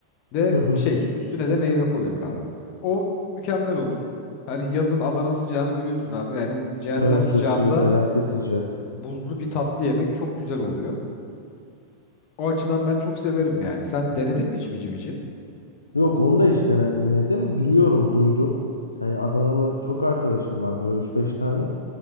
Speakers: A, on the left (about 45°); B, on the left (about 80°).
A: Ve
B: Hı hı.
A: şey üstüne de meyve koyulur abi. O mükemmel olur. Hani yazın Adana sıcağını biliyorsun abi. Yani cehennem
B: Evet
A: sıcağında
B: çok sıcak, felaket sıcak.
A: buzlu bir tatlı yemek çok güzel oluyor. O açıdan ben çok severim yani. Sen denedin mi hiç bici bici?
B: Yok onu da hiç denemedim. Biliyorum, duydum. Hani Adanalı çok arkadaşım var böyle üç beş tane.